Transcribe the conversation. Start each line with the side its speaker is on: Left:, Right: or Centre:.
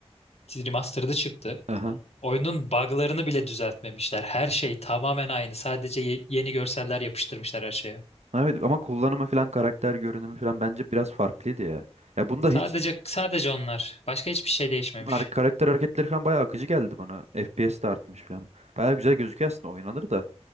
Left: remastered'ı çıktı.
Right: Aha.
Left: Oyunun bug'larını bile düzeltmemişler. Her şey tamamen aynı. Sadece ye- yeni görseller yapıştırmışlar her şeye.
Right: Evet ama kullanımı falan karakter görünümü falan bence biraz farklıydı ya. Ya bunda
Left: Sadece
Right: hiç
Left: sadece onlar. Başka hiçbir şey değişmemiş.
Right: har- karakter hareketleri falan bayağı akıcı geldi bana. FPS de artmış falan. Bayağı güzel gözüküyor aslında oynanır da.